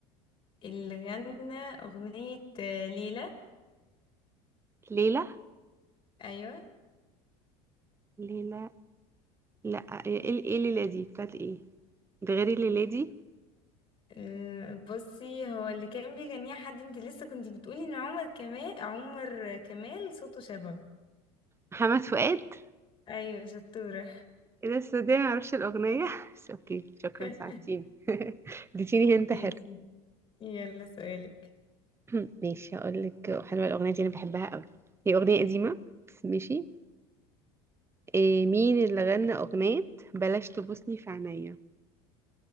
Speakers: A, on the left; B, on the right.
A: اللي غنى أغنية آه، ليلى
B: ليلى
A: أيوة
B: ليلى لا ايه ال- ايه ليلى دي بتاعت ايه ده غير الليلة دي
A: آه، بصي هو اللي كان بيغنيها حد انت لسه كنت بتقولي ان عمر كمال عمر كمال صوته شبهه
B: محمد فؤاد
A: ايوه شطورة
B: ايه ده السعودية معرفش الأغنية <laughs> بس اوكي شكرا
A: <laughs>
B: ساعدتيني <laughs> اديتيني هنت
A: ماشي
B: حلو
A: يلا سؤالك
B: <clears throat> ماشي هقول لك حلوة الأغنية دي أنا بحبها قوي هي أغنية قديمة بس ماشي إيه مين اللي غنى أغنية بلاش تبوسني في عينيا